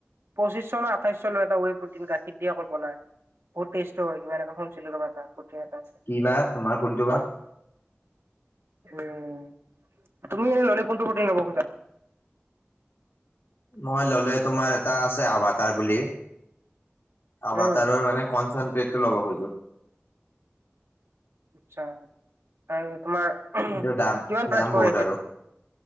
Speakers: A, on the right; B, on the left.
A: পঁচিশ ন আঠাইছশ লৈ এটা ৱ প্ৰিন গাখীৰ দিয়ে কল্পাই বহুত টেষ্ট হয় এ
B: কি বা
A: <unintelligible>
B: তোমাৰ কোনটো
A: হয়।
B: বা?
A: উম, তুমি ললে এনেই ললে কোনটো প্ৰটিন লব খোজা।
B: মই ল'লে তোমাৰ এটা আছে আভ তাৰ বুলি। আবা
A: উম
B: তাৰৰ মানে কনচনট্ৰেটো ল'ব খোজো।
A: আচ্ছা তাৰ তোমাৰ
B: কিন্তু দাম
A: কিমান প্ৰাইচ
B: দাম
A: পৰে
B: বহুত
A: এইটোত
B: আৰু